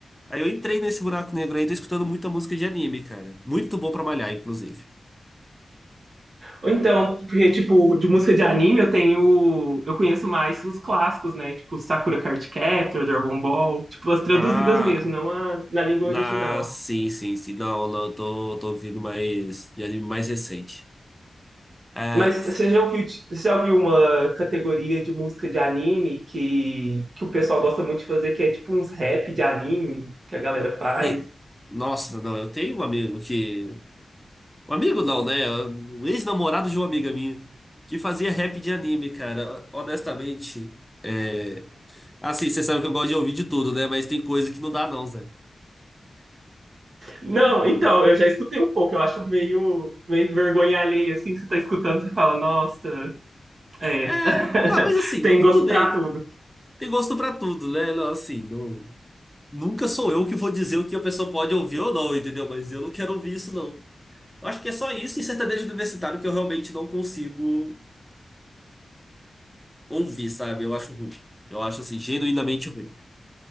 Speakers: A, in the centre; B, on the right (about 55°).
A: Aí eu entrei nesse buraco negro aí, tô escutando muita música de anime, cara. Muito bom pra malhar, inclusive.
B: Ou então, porque, tipo, de música de anime eu tenho. Eu conheço mais os clássicos, né? Tipo, Sakura Card Captor, Dragon Ball. Tipo, as traduzidas
A: Ah,
B: mesmo, não a, na língua
A: na,
B: original.
A: sim, sim, sim. Não, não, eu tô, tô ouvindo mais de anime mais recente. É,
B: Mas você já ouviu, você já ouviu uma categoria de música de anime que, que o pessoal gosta muito de fazer, que é tipo uns rap de anime que a galera faz?
A: sim. Nossa, não, eu tenho um amigo que. Um amigo não, né? Um ex-namorado de uma amiga minha que fazia rap de anime, cara. Honestamente. É... Assim, você sabe que eu gosto de ouvir de tudo, né? Mas tem coisa que não dá, não, Zé.
B: Não, então, eu já escutei um pouco, eu acho meio, meio vergonha alheia, assim, que você tá escutando, você fala, nossa, é,
A: É,
B: <laughs>
A: não, mas assim,
B: tem
A: tudo
B: gosto
A: bem.
B: pra tudo.
A: Tem gosto pra tudo, né? Não, assim, não. Nunca sou eu que vou dizer o que a pessoa pode ouvir ou não, entendeu? Mas eu não quero ouvir isso, não. Eu acho que é só isso e sertanejo universitário que eu realmente não consigo ouvir, sabe? Eu acho ruim. Eu acho, assim, genuinamente ruim.